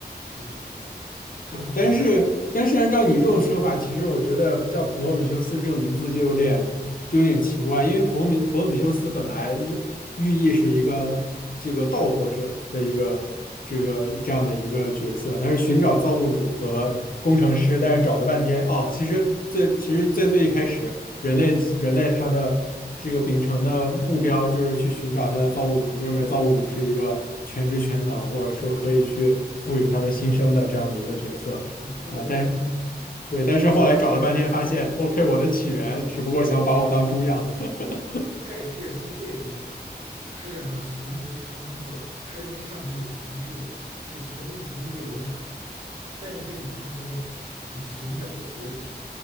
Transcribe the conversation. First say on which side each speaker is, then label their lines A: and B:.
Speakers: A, on the right; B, on the left.
A: 你怎么办？他们只能把你吞噬。
B: 对，但是但是按照你这种说法，其实我觉得叫普罗米修斯这个名字就有点就有点奇怪，因为普罗米普罗米修斯本来意寓意是一个这个盗火者的一个这个这样的一个角色，他是寻找造物主和工程师，但是找了半天哦，其实最其实在最一开始。人类人类他的这个秉承的目标就是去寻找他的造物主，认为造物主是一个全知全能，或者说可以去赋予他们新生的这样的一个角色啊。
A: 你说的完全正确，
B: 但对，但是后来找了半天，
A: 盖。
B: 发现 OK，我的起源只不过想把我当猪养 <laughs>
A: 盖皮尔斯为什么找上帝？他想要寻求长生不老，他认为上帝是全知的，是全心全意为人类好的。但是你看，最后你寻找的结果